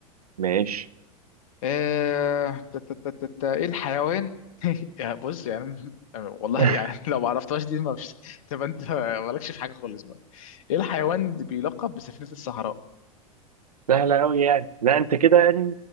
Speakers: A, on the right (about 80°); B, on the left (about 60°).
A: ماشي
B: آه، تا- تا- تا- تا- تا، ايه الحيوان <laughs> يا بص يعني والله
A: <laughs>
B: يعني <laughs> لو ما عرفتهاش دي ما فيش <laughs> تبقى انت مالكش في حاجه خالص بقى ايه الحيوان اللي بيلقب بسفينه الصحراء
A: سهله قوي يعني لا انت كده يعني